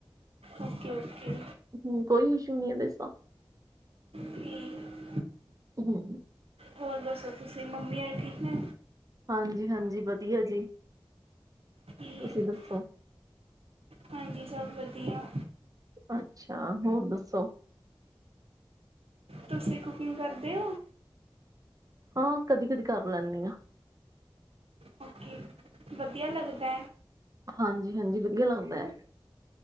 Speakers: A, on the right; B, on the right.
A: Okay okay.
B: ਹਂ, ਕੋਈ ਇਸ਼ੂ ਨੀਂ ਐ ਦੇ ਚ ਤਾਂ
A: ਠੀਕ
B: ਹਂ।
A: ਹੋਰ ਦਸੋ ਤੁਸੀਂ, ਮੰਮੀ ਅਰੀ ਠੀਕ ਨੇ
B: ਹਾਂਜੀ ਹਾਂਜੀ ਵਧੀਆ ਜੀ,
A: ਠੀਕ
B: ਤੁਸੀਂ ਦੱਸੋ?
A: ਹਾਂਜੀ ਸਭ ਵਧੀਆ।
B: ਅੱਛਾ, ਹੋਰ ਦੱਸੋ?
A: ਤੁਸੀਂ ਕੁਕਿੰਗ ਕਰਦੇ ਔ?
B: ਹਾਂ, ਕਦੀ-ਕਦੀ ਕਰ ਲੈਨੀ ਆਂ।
A: ਓਕੇ। ਵਧੀਆ ਲਗਦੈ?
B: ਹਾਂਜੀ ਹਾਂਜੀ, ਵਧੀਆ ਲੱਗਦੈ ਐ।